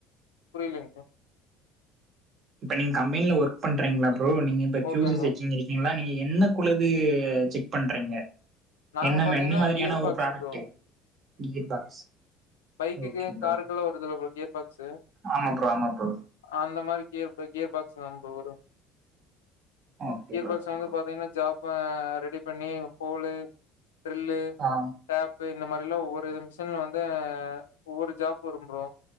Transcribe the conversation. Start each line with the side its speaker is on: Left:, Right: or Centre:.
Left: புரியிலேங்க
Right: இப்ப நீங்க கம்பெனில ஒர்க் பண்றீங்களா ப்ரோ நீங்க இப்போ
Left: ஓகே
Right: ஷூஸ்
Left: ப்ரோ
Right: செசிங் இருக்கீங்களா நீங்க என்ன குழுது செக் பண்றீங்க
Left: நாங்க
Right: என்ன
Left: பாத்தீங்கன்னா
Right: என்ன மாதிரியான
Left: கியர்
Right: ஒரு
Left: box
Right: product
Left: bro
Right: gear box
Left: பைக்குக்கு
Right: ஓகே ப்ரோ
Left: காருக்குெல்லா வருதுல ப்ரோ கியர் பாக்ஸு
Right: ஆமா ப்ரோ ஆமா ப்ரோ
Left: அந்த மாரி கியர் கியர் பாக்ஸ் தா ப்ரோ வரு
Right: okay
Left: gear
Right: bro
Left: box
Right: okay
Left: வந்து
Right: ப்ரோ
Left: பாத்தீங்கன்னா ஜாப் ரெடி பண்ணி போலு கிரிலு
Right: ஆ
Left: டேப் இப்ப இந்த மாரிலா ஒவ்வொரு மிஷன்ல வந்து ஒவ்வொரு ஜாப் வரும் ப்ரோ